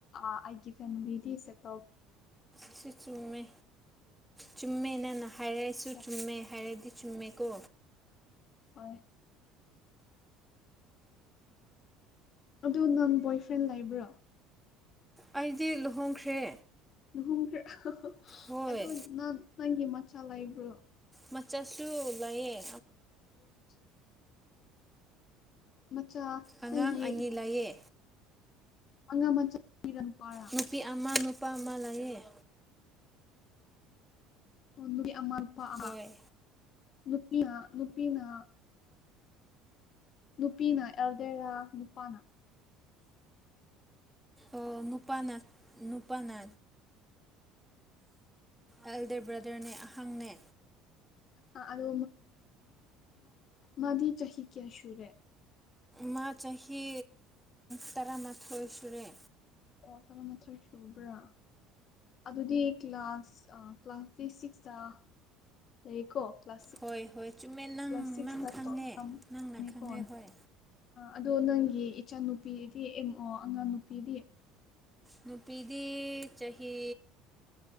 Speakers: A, on the left; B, in the centre.
A: ꯑꯩꯒꯤ ꯐꯦꯃꯤꯂꯤꯗꯤ ꯁꯦꯠꯇꯜ
B: ꯁꯤ ꯆꯨꯡꯃꯦ ꯆꯨꯝꯃꯦ ꯅꯪꯅ ꯍꯥꯏꯔꯁꯨ
A: ꯆꯨꯝꯃꯦꯀꯣ
B: ꯆꯨꯝꯃꯦ ꯍꯥꯏꯔꯗꯤ ꯆꯨꯝꯃꯦꯀꯣ
A: ꯍꯣꯏ ꯑꯗꯨ ꯅꯪ ꯕꯣꯏꯐ꯭ꯔꯦꯟ ꯂꯩꯕ꯭ꯔꯣ
B: ꯑꯩꯗꯤ ꯂꯨꯍꯣꯡꯈ꯭ꯔꯦ
A: ꯂꯨꯍꯣꯡꯈ꯭ꯔꯥ
B: ꯍꯣꯏ
A: ꯑꯗꯨ ꯅ ꯅꯪꯒꯤ ꯃꯆꯥ ꯂꯩꯥꯏꯕ꯭ꯔꯣ
B: ꯃꯆꯥꯁꯨ ꯂꯌꯦ
A: ꯎꯝ ꯍꯧ <inaudible> ꯃꯆꯥ
B: ꯑꯉꯥꯡ
A: ꯅꯪꯒꯤ
B: ꯑꯅꯤ ꯂꯩꯌꯦ
A: ꯑꯉ <inaudible> ꯃꯆꯥ ꯅꯨꯄꯤꯔ ꯅꯨꯄꯔ
B: ꯅꯨꯄꯤ ꯑꯃ ꯅꯨꯄꯥ ꯑꯃ ꯂꯩꯌꯦ
A: ꯅꯨꯄꯤ ꯑꯃ ꯅꯨꯄꯥ ꯑꯃ
B: ꯍꯣꯏ
A: ꯅꯨꯄꯤ ꯅꯨꯄꯤꯅ ꯅꯨꯄꯤꯅ ꯑꯦꯜꯗꯦꯔꯥ ꯅꯨꯄꯥꯅ
B: ꯑꯣ ꯅꯨꯄꯥꯅ ꯅꯨꯄꯥꯅ ꯑꯦꯜꯗꯔ ꯕ꯭ꯔꯗꯔꯅꯦ ꯑꯍꯪꯅꯦ
A: ꯑꯥ ꯑꯗꯣ ꯃꯥꯗꯤ ꯆꯍꯤ ꯀꯌꯥ ꯁꯨꯔꯦ
B: ꯃꯥ ꯆꯍꯤ ꯇꯔꯥꯃꯥꯊꯣꯏ ꯁꯨꯔꯦ
A: ꯑꯣ ꯇꯔꯥꯃꯥꯊꯣꯏ ꯁꯨꯕ꯭ꯔꯥ ꯑꯗꯨꯗꯤ ꯀ꯭ꯂꯥꯁ ꯀ꯭ꯂꯥꯁ ꯊꯔꯤ ꯁꯤꯛꯁꯇ ꯂꯩꯌꯦꯀꯣ ꯀ꯭ꯂ
B: ꯍꯣꯏ ꯍꯣꯏ ꯆꯨꯝꯃꯦ ꯅꯪ
A: ꯀ꯭ꯂꯥꯁꯅꯤꯀꯣ
B: ꯅꯪ ꯈꯪꯉꯦ ꯅꯪꯅ ꯈꯪꯉꯦ ꯍꯣꯏ
A: ꯑꯗꯨ ꯅꯪꯒꯤ ꯏꯆꯥꯅꯨꯄꯤꯗꯤ ꯑꯦꯝ ꯑꯣ ꯑꯉꯥꯡ ꯅꯨꯄꯤꯗꯤ
B: ꯅꯨꯄꯤꯗꯤ ꯆꯍꯤ